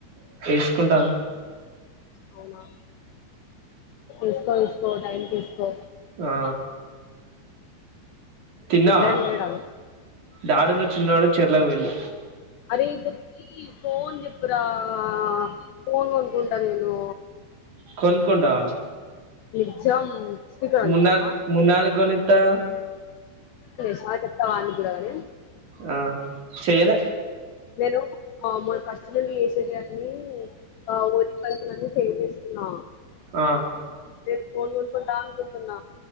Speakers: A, on the right; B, on the left.
A: ఎస్కుంట
B: అవునా ఎస్కో ఎస్కో టైమ్ కి ఎస్కో
A: ఆ తిన్నావా?
B: పెద్దగాడు లేడా
A: డాడున్న చిన్నోడు చెర్లకి వెళ్ళు
B: అరే గదీ ఫోన్ చెప్పురా ఆ ఫోన్ కొనుకుంట నేను
A: కొనుక్కుంటవ
B: నిజం స్పీకర్ ఆన్
A: మున్నార్
B: చేసినవా
A: మున్నార్కి కొని టా
B: ఆ చెప్తా వానికి కూడా గాని
A: ఆ చెయ్యలే
B: నేను కామ హస్బండ్ చేసేటియాన్ని ఆ ఓ జి పంచలని సేల్ చేస్తున్నా.
A: ఆ
B: నేను ఫోన్ కొనుక్కుంటా అనుకుంటున్న.